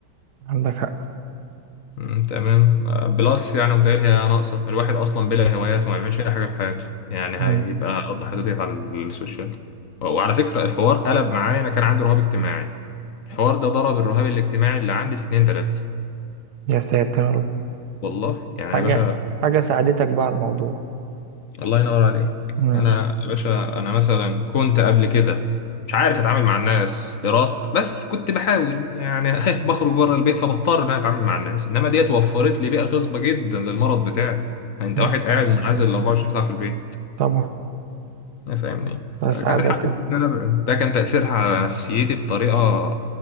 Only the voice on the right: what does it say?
عندك حق
امم
يا ساتر يا رب
حاجة
حاجة ساعدتك بقى على الموضوع
امم
لا
طبعا
بساعدك